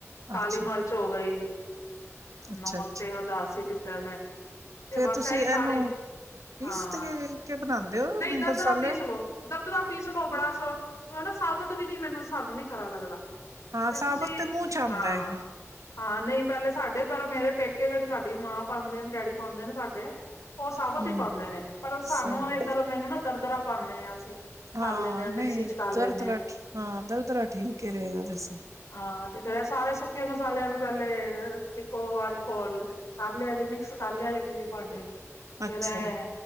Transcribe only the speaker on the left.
ਕਾਲੀ
ਮਿਰਚ ਹੋ ਗਈ।
ਨਮਕ ਤੇ ਉਰ ਦੱਸ ਹੀ ਦਿੱਤਾ। ਮੈਂ' ਤੇ
ਬਸ
ਐਹੀ ਸਾਰੀ।
ਹਾਂ।
ਨਹੀਂ ਦਰਦਰਾ
ਪੀਸ ਲੋ, ਦਰਦਰਾ ਪੀਸ ਲੋ ਬੜਾ ਸ ਉਹ ਨਾ ਸਾਬਤ ਵੀ ਨੀ ਮੈਨੂੰ, ਸਾਨੂੰ ਨੀ ਖਰਾ ਲੱਗਦਾ।
ਫੇਰ
ਤੁਸੀਂ
ਹਾਂ।
ਹਾਂ ਨਹੀਂ ਪਹਿਲੇ ਸਾਡੇ ਪਰ ਮੇਰੇ ਪੇਕੇ ਜਿਹੜੀ, ਸਾਡੀ ਮਾਂ ਪਾਉਂਦੇ ਨੇ, ਡੈਡੀ ਪਾਉਂਦੇ ਨੇ ਸਾਡੇ ਉਹ ਸਾਬਤ
ਹੀ ਪਾਉਂਦੇ ਨੇ। ਪਰ ਸਾਨੂੰ
ਇਹ ਨਾ ਦਰਦਰਾ ਪ ਪਾਉਦੇ ਹਾਂ, ਅਸੀਂ। ਕਰ
ਲੈਂਦੇ
ਮਿਕਸੀ ਚ ਕਰ ਲੈਂਦੇ
ਹਾਂ
ਹਾਂ। ਤੇ ਫਿਰ ਸਾਰੇ ਸੁ ਮਸਾਲਿਆਂ ਨੂੰ ਪਹਿਲੇ ਇੱਕੋ ਵਾਰੀ ਘੋਲ ਕਰ ਲਿਆ। ਜੇ ਮਿਕਸ ਕਰ ਲਿਆ ਜੇ ਕਿਸੇ ਭਾਂਡੇ ਚ ਫੇਰ
ਐ